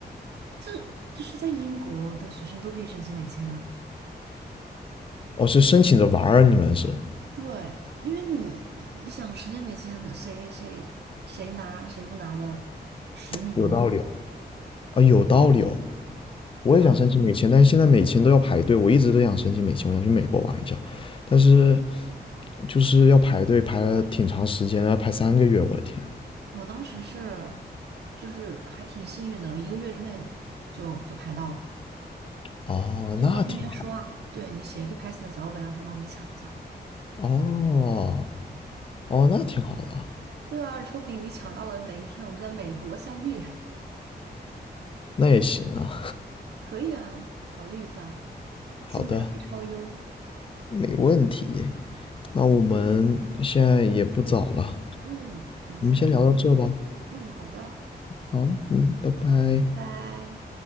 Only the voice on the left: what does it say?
哦，是申请着玩儿啊，你们是
有道理哦。啊，有道理哦。我也想申请美签，
但是现在美签都要排队，我一直都想申请美签，我想去美国玩一下，但是就是要排队，排了挺长时间，要排三个月，我的天。
哦，
那挺好。
哦哦，那挺好的啊，
那也行啊。
好的，
没问题。那我们现在也不早了，
我们先聊到这吧。
好，嗯，拜拜。